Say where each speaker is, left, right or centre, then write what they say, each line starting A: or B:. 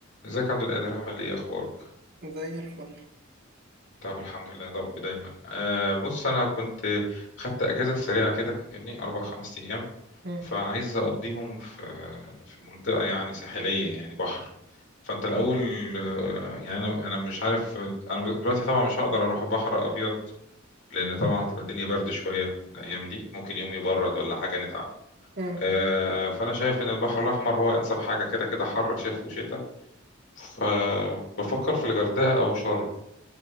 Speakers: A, on the left; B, on the right.
A: ازيك يا عبد القادر عامل ايه اخبارك
B: زي الفل
A: طب الحمد لله يا رب دايما آه بص انا كنت خدت اجازه سريعه كده فاهمني اربع خمس ايام
B: مم.
A: فعايز اقضيهم في في منطقه يعني ساحليه يعني بحر فانت الاول آه، يعني انا انا مش عارف انا دلوقتي طبعا مش هقدر اروح بحر ابيض لان طبعا هتبقى الدنيا برد شويه الايام دي ممكن يوم يبرد ولا حاجه نتعب
B: مم.
A: آه، فانا شايف ان البحر الاحمر هو انسب حاجه كده كده حر شتاء وشتاء فبفكر في الغردقه او شرم